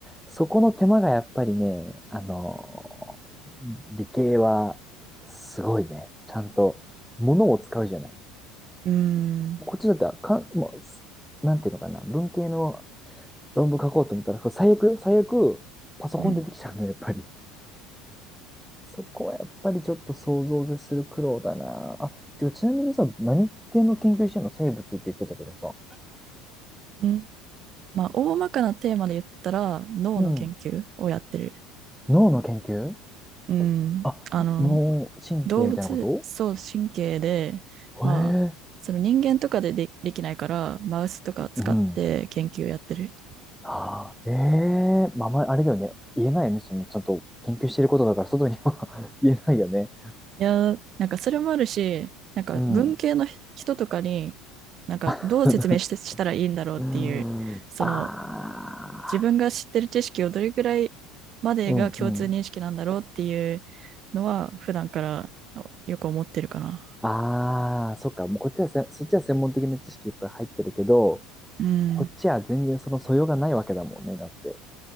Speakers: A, in the centre; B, on the right.
A: そこの手間がやっぱりね、あの、理系はすごいね。ちゃんと物を使うじゃない。
B: うーん。
A: こっちだったらかん、もうなんていうのかな、文系の論文書こうと思ったら、最悪よ、最悪、パソコンでできちゃうの、
B: うん。
A: やっぱり。<laughs> そこはやっぱりちょっと想像を絶する苦労だな。あ、てかちなみにさ、何系の研究してんの生物って言ってたけどさ。
B: うんまあ、大まかなテーマで言ったら、脳の研究をやってる。
A: うん。脳の研究
B: うん。
A: あ、
B: あの、
A: 脳神経みたいなこと
B: 動物、そう、神経で、
A: へえ。
B: まあ、その人間とかでで、できないから、マウスとか使って研究やってる。
A: うん。ああ、ええまあ、あまりあれだよね。言えないよね。その、ちゃんと研究してることだから、外には <laughs> 言えないよね。
B: いやー、なんかそれもあるし、なんか文系の人とかに、
A: うん。
B: なんかどう説明してしたらいいんだろうっていう、
A: <laughs> うーん。
B: その
A: ああ。
B: 自分が知ってる知識をどれぐらいまでが共通認識なんだろうっていう
A: うんうん。
B: のは、普段からよく思ってるかな。
A: ああ、そっか。もうこっちはせ、そっちは専門的な知識いっぱい入ってるけど、
B: うん。
A: こっちは全然その素養がないわけだもんね。だって。